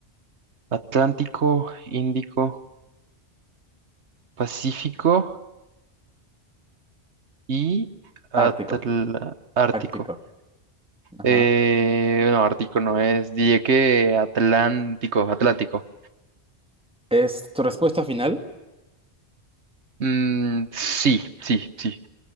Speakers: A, on the right (about 85°); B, in the centre.
A: Atlántico, Índico, Pacífico y Atl-
B: Ártico,
A: Ártico.
B: Ártico. Ajá.
A: Eh, no, Ártico no es. Diría que Atlántico, Atlántico.
B: ¿Es tu respuesta final?
A: Mm, sí, sí, sí.